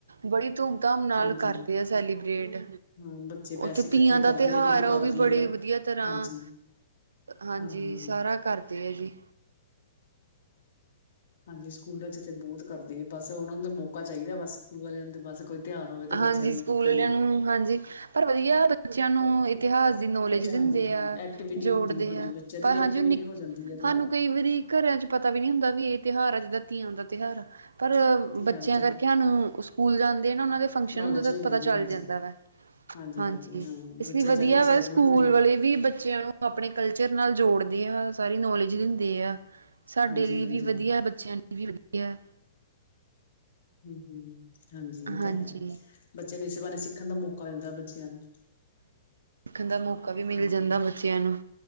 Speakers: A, on the right (about 70°); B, on the left (about 60°).
A: ਬੜੀ ਧੂਮ ਧਾਮ ਨਾਲ
B: ਹਾਂਜੀ
A: ਕਰਦੇ ਆ ਸੈਲੀਬਰੇਟ।
B: ਹਾਂ ਬੱਚੇ ਪੈਸੇ
A: ਉਥੇ
B: ਇਕੱਠੇ
A: ਤੀਆਂ ਦਾ
B: ਕਰਦੇ
A: ਤਿਉਹਾਰ
B: ਦੀਪਾਵਲੀ
A: ਆ ਉਹ ਵੀ ਬੜੇ
B: ਆ
A: ਵਧੀਆ ਤਰ੍ਹਾਂ
B: ਹਾਂਜੀ
A: ਹਾਂਜੀ
B: ਹਾਂ ਹਾਂ
A: ਸਾਰਾ ਕਰਦੇ ਆ ਜੀ।
B: ਹਾਂਜੀ ਸਕੂਲਾਂ ਚ ਤੇ ਬਹੁਤ ਕਰਦੇ ਬਸ ਉਹਨਾਂ ਨੂੰ ਦਾ ਮੌਕਾ ਚਾਹੀਦਾ ਬਸ ਸਕੂਲ ਵਾਲਿਆਂ ਦੇ ਬਸ। ਕੋਈ ਤਿਉਹਾਰ ਹੋਵੇ ਤਾਂ
A: ਹਾਂਜੀ
B: ਬੱਚਿਆਂ ਨੂੰ
A: ਸਕੂਲ
B: ਕਰੀਏ
A: ਵਾਲਿਆਂ ਨੂੰ ਹਾਂਜੀ ਪਰ ਵਧੀਆ ਬੱਚਿਆਂ ਨੂੰ। ਇਤਿਹਾਸ ਦੀ ਨੌਲੇਜ
B: ਬੱਚਾ
A: ਦਿੰਦੇ
B: ਹਾਂਜੀ ਹਾਂ
A: ਆ
B: ਐਕਟੀਵਿਟੀ
A: ਜੋੜਦੇ
B: ਹੁੰਦੀ ਹਾਂਜੀ
A: ਆ
B: ਬੱਚਿਆਂ
A: ਪਰ
B: ਦੀ ਵੀ
A: ਹਾਂਜੀ
B: ਐਕਟੀਵਿਟੀ
A: ਉਹ ਨ
B: ਹੋ ਜਾਂਦੀ ਹੈ ਥੋੜਾ
A: ਸਾਨੂੰ ਕਈ ਵਾਰੀ। ਘਰਿਆਂ ਚ ਪਤਾ ਵੀ ਨੀ ਹੁੰਦਾ ਵੀ ਇਹ ਤਿਉਹਾਰ ਆ ਜਿੱਦਾਂ ਤੀਆਂ ਦਾ ਤਿਉਹਾਰ ਆ ਪਰ
B: ਧੀਆਂ
A: ਬੱਚਿਆਂ
B: ਦਾ ਤਿਉਹਾਰ
A: ਕਰਕੇ ਹਾਨਣ ਸਕੂਲ ਜਾਂਦੇ ਨਾ ਉਹਨਾਂ ਦੇ। ਫੰਕਸ਼ਨ
B: ਨੌਲੇਜ
A: ਹੁੰਦਾ ਤਾਂ
B: ਹੋ
A: ਪਤਾ
B: ਜਾਂਦੀ
A: ਚੱਲ
B: ਹਾਂਜੀ
A: ਜਾਂਦਾ ਵਾ।
B: ਹਾਂਜੀ-ਹਾਂਜੀ
A: ਹਾਂਜੀ
B: ਹਾਂ
A: ਇਸ
B: ਬੱਚਿਆਂ
A: ਲਈ ਵਧੀਆ
B: ਜ਼ਿਆਦਾ ਐਕਸਾਈਟਮੈਂਟ
A: ਵਾ ਸਕੂਲ
B: ਹੁੰਦੀ ਆ
A: ਵਾਲੇ ਵੀ ਬੱਚਿਆਂ ਨੂੰ ਆਪਣੇ ਕਲਚਰ ਨਾਲ ਜੋੜ। ਤੜਦੇ ਆ ਸਾਰੀ ਨੌਲੇਜ। ਆ ਸਾਡੇ
B: ਹਾਂਜੀ-ਹਾਂਜੀ
A: ਲਈ ਵੀ ਵਧੀਆ ਬੱਚਿਆਂ ਲਈ ਵੀ ਵਧੀਆ।
B: ਹਮ ਹਮ ਹਾਂਜੀ ਇਹ
A: ਹਾਂਜੀ
B: ਤਾਂ ਹੈ। ਬੱਚੇ ਨੇ ਸੇਵਾਾਨ ਸਿੱਖਣ ਦਾ ਮੌਕਾ ਮਿਲਦਾ ਬੱਚਿਆਂ ਨੂੰ।
A: ਸਿੱਖਣ ਦਾ ਮੌਕਾ ਵੀ ਮਿਲ
B: ਹਮ
A: ਜਾਂਦਾ ਬੱਚਿਆਂ ਨੂੰ